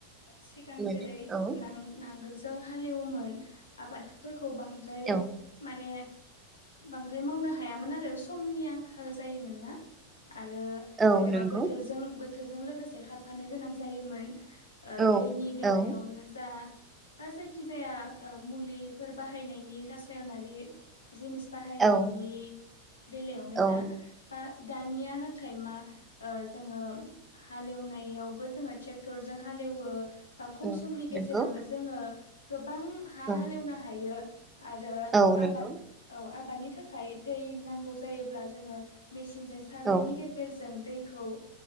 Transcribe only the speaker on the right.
मोनो
औ
औ
औ
नंगौ
औ
औ
औ
औ
औ
नंगौ
औ
औ नंगौ
औ